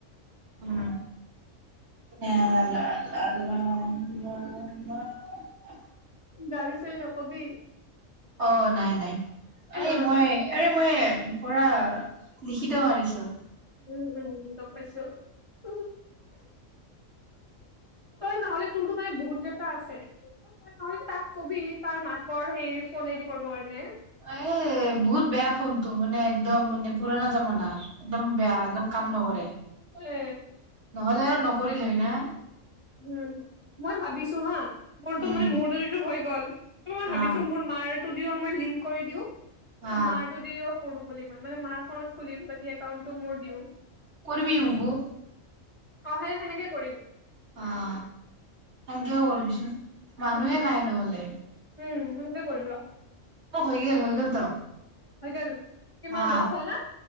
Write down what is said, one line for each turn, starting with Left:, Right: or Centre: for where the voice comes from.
Right: উম <unintelligible>
Left: তালি চেই নকবি
Right: অ নাই নাই
Left: অ
Right: এ মই আৰে মই পৰা লিখিত মাৰিছ৷
Left: উম-উম গম পাইছো ৷ তই নহলে তোৰতো মানে বহুত কেটা আছে তই নহলে তাক কবি তাৰ মাকৰ সেই ফনেদি কৰিব কাৰণে ৷
Right: এ বহুত বেয়া ফোনটো মানে একদম মানে পুৰণা জামানা ৷ একদম বেয়া একদম কাম নকৰ
Left: এ
Right: নহলে আৰু নকৰিলে হয় না?
Left: উ মই ভাবিছো হা মোৰতো
Right: উম
Left: মানে মোৰ দৰিতো হয় কল ত মই ভাবিছো
Right: অ
Left: মোৰ মাৰ ষ্টুডিঅ' মই লিংক কৰি দিওঁ
Right: অ
Left: ত মাৰটো দিওক কৰো বুলি মই মানে মাৰ ফনত খুলিম বাকী একাওণ্টতো মোৰ দিও৷
Right: কৰিববি উ গ
Left: অ সে সেনেকে কৰিম ৷
Right: অ সনেকেও কৰিবিচোন মানুহে
Left: উম
Right: নাই নহ'লে৷
Left: উম হেনেকে কৰিম ৰ ৷
Right: অ হৈ গেল হৈ গ'ল ৷ ত
Left: হয় গ'ল কিমান
Right: অ
Left: দছ হল না?